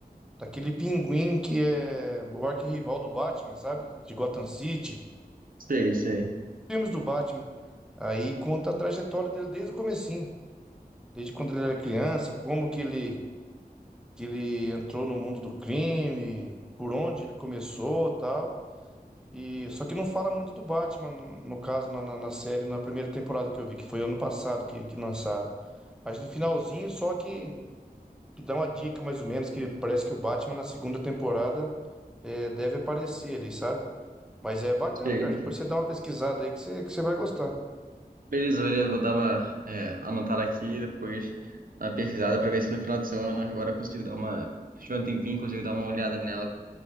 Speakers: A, in the centre; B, on the right.
A: daquele pinguim que é o arquirrival do Batman, sabe? De Gotham City.
B: Sei, sei.
A: Filmes do Batman. Aí conta a trajetória dele desde o comecinho. Desde quando ele era criança, como que ele, que ele entrou no mundo do crime, por onde ele começou, tal. E só que não fala muito do Batman, no, no caso na, na, na série, na primeira temporada que eu vi, que foi ano passado que, que lançaram. Mas no finalzinho só que, que dá uma dica mais ou menos que parece que o Batman na segunda temporada eh, deve aparecer ali, sabe? Mas é bacana,
B: Sei.
A: cara. Depois você dá uma pesquisada aí que você, que você vai gostar.
B: Beleza, beleza, vou dar uma é, anotada aqui, depois uma pesquisada pra ver se no final de semana agora eu consigo dar uma. Se tiver um tempinho, consigo dar uma olhada nela.